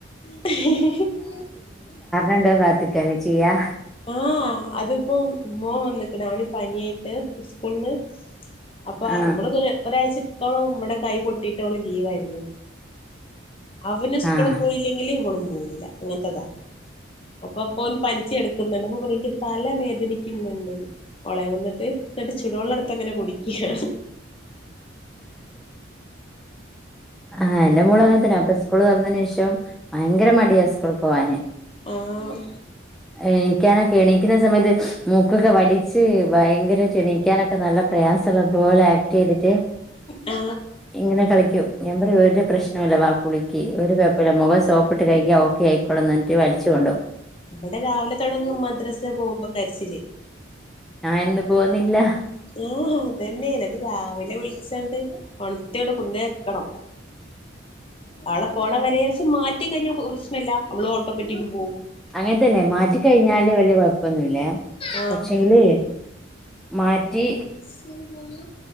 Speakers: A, on the left; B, in the centre.
A: <unintelligible>
B: ണ്ട പാത്തക്കല്ലേ ചെയ്യാ
A: ഓ അതിപ്പോ മോൻ വന്നേക്കടാ അവന് പനിയായിട്ട് ഉസ്കൂളിന്ന് അപ്പൊ
B: ആഹ്
A: അവള്‌ങന ഒരാഴ്ച ഇത്തോളം നമ്മടെ കൈ പൊട്ടിട്ടോള് ലീവായിരുന്നു അവന് ഉസ്കൂള
B: ആഹ്
A: പോയില്ലെങ്കില് ഇവളും പോവൂല അങ്ങനത്തെതാ. അപ്പൊ പ്പോൻ പനിച്ചെടു ന്നുണ്ട് അപ്പോ പറെ ന്ക്ക് തല വേദന ക്കുന്നുണ്ട് ഒളെ വന്നിട്ട് ന്നിട്ട് ചുടുവെള്ളം എടുത്ത് അങ്ങനെ കുടിക്കുകയാണ്
B: ആ എന്റെ മോളുങ്ങനെ തന്നെ അപ്പ ഉസ്കൂൾ തുറന്നതിന് ശേഷം ഭയങ്കര മടിയാ സ്കൂള് പോവാന്
A: ആഹ്
B: എഴുന്നേ <unintelligible> എണിക്കുന്ന സമയത്ത് മൂക്കൊക്കെ വലിച്ച് ഭയങ്കരറ്റ് ണീക്കാനൊക്കെ നല്ല പ്രയാസമള്ള പോലെ ആക്ട് ചെയ്തിട്ട്
A: ആ
B: ഇങ്ങനെ കളിക്കും ഞാൻ പറയു ഒരു പ്രശ്നം ഇല്ല വാ കുളിക്ക് ഒരു കൊയപ്പല്ല മൊഖം സോപ്പിട്ട് കഴിക്കോ ക്ക ആയിക്കോള്ള എന്നിട്ട് വലിച്ചോണ്ടോ
A: ഇവിടെ രാവിലെ തുടങ്ങും മദ്രാസ പോകുമ്പോ കരച്ചില്
B: ഞാൻ ഇന്ന് പോന്നില്ല
A: ആ അട്ടില <unintelligible> രാവിലെ വിളിച്ചണ്ട് ഒണത്തോടെ കൊണ്ടേ വക്കണം ആളെ പോണ വരം മാറ്റി കഴിഞ്ഞ പ്രശ്നല്ല അവളും ഓട്ടോമാറ്റിക്ക് പോകും
B: അങ്ങനത്തന്നെ മാറ്റിക്കഴിഞ്ഞാല് വലിയ കൊഴപ്പൊന്നുമല്ല
A: ആഹ്
B: പക്ഷെങ്കില് മാറ്റി
A: സണ പോോലൂ